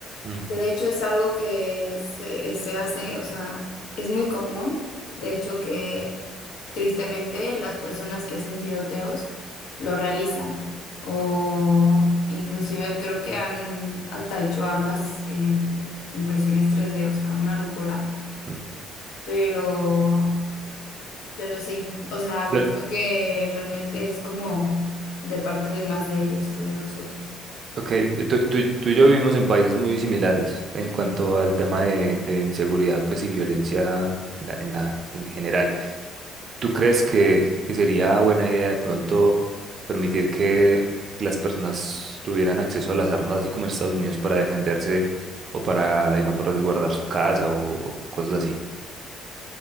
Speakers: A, on the right; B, on the left.
A: Mm.
B: Que de hecho es algo que se, se hace, o sea, es muy común, de hecho que tristemente las personas que hacen tiroteos lo realizan o inclusive creo que han hasta hecho armas en impresiones 3D, o sea, una locura,
A: Mm.
B: pero, pero sí, o sea,
A: Pero,
B: creo que realmente es como de parte de más de ellos que de nosotros.
A: Ok, tú, tú- tú y yo vivimos en países muy similares en
B: Ujú.
A: cuanto al tema de, de inseguridad pues, y violencia en la, en la- en general. ¿Tú crees que, que sería buena idea de pronto permitir que las personas tuvieran acceso a las armas, así como en Estados Unidos, para defenderse o para, digamos, resguardar su casa o cosas así?